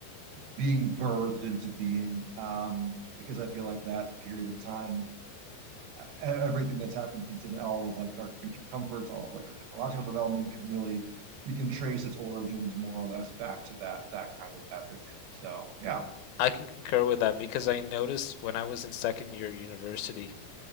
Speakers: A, on the right; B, on the left.
A: being birthed into being. Um, because I feel like that period of time, e- everything that's happened since then, all of like our creature comforts, all of like our technological development can really. You can trace its origins more or less back to that that kind of epic. So yeah.
B: I can concur with that because I noticed when I was in second year university,